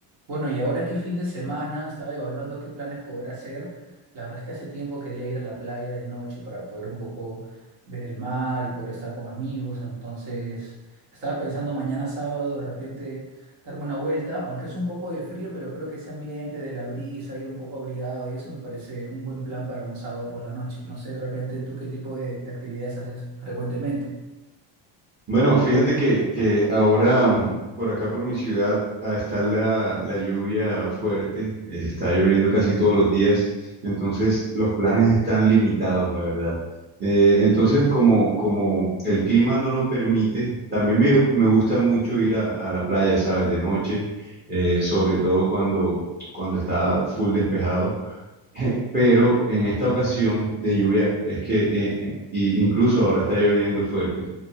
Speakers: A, on the right; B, on the right.
A: Bueno, y ahora que fin de semana estaba evaluando qué planes poder hacer. La verdad es que hace tiempo quería ir a la playa de noche para poder un poco ver el mar y poder estar con amigos. Entonces, estaba pensando mañana sábado de repente darme una vuelta, aunque es un poco de frío, pero creo que ese ambiente de la brisa, ir un poco abrigado y eso me parece un buen plan para un sábado por la noche. No sé, de repente, ¿tú qué tipo de, de actividades haces frecuentemente?
B: Bueno, fíjate que, que ahora mm, por acá por mi ciudad ah, está la, la lluvia fuerte, eh, está lloviendo casi todos los días, entonces los planes están limitados, la verdad. Eh, entonces, como, como el clima no lo permite, también me, me gusta mucho ir a, a la playa, ¿sabes? De noche, eh, sobre todo cuando, cuando está full despejado. <laughs> Pero en esta ocasión de lluvia es que eh, eh, y incluso ahora está lloviendo fuerte.